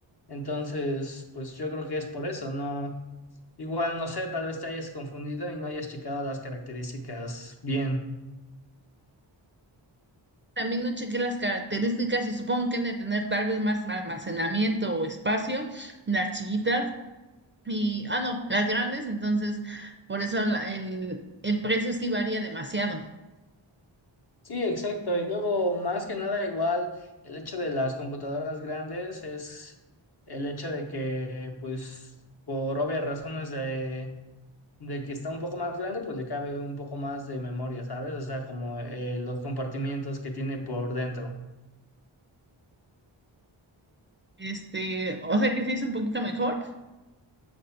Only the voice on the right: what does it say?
También no chequé las características y supongo que han de tener tal vez más almacenamiento o espacio, las chiquitas y, ah, no, las grandes, entonces por eso la- el, el precio sí varía demasiado.
Este, o sea que se hizo un poquito mejor.